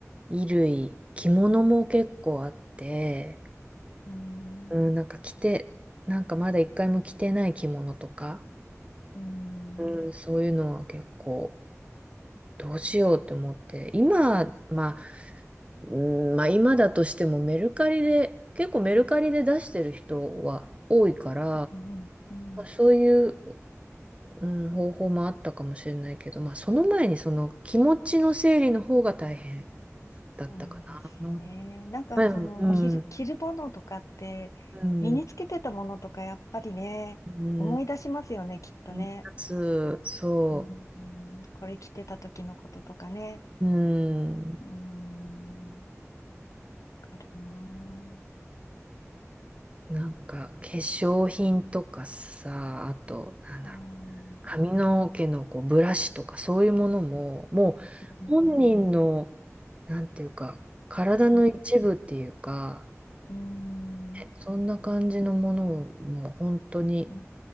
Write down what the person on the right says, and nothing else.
衣類。着物も結構あって、
うん、なんか着て、なんかまだ一回も着てない着物とか、
うん、そういうのは結構どうしようって思って、今、まあ、うん、まあ今だとしてもメルカリで、結構メルカリで出してる人は多いから、
まあそういう、うん、方法もあったかもしれないけど、まあその前にその気持ちの整理の方が大変だったかな。
うん
うん、
うん、
うん、
うん、そ
う、うん。
なんか化粧品とかさ、あと、なんだろう、
髪の毛のこうブラシとかそういうものも、もう
本人の、なんていうか、体の一部っていうか、
そんな感じのものをもう本当に、